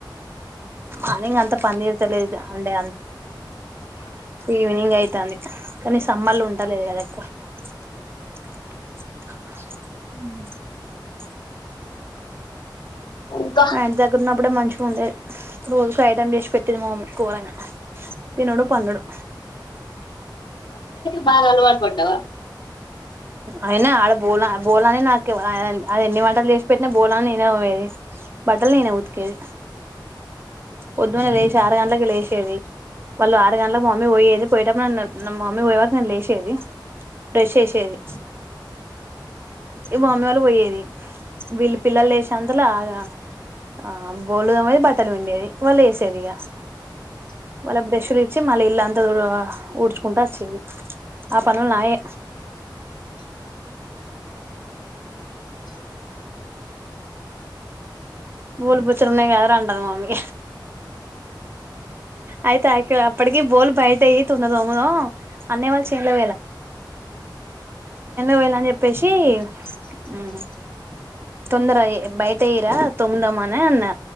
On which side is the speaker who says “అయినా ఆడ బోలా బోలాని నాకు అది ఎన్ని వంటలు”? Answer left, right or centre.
Right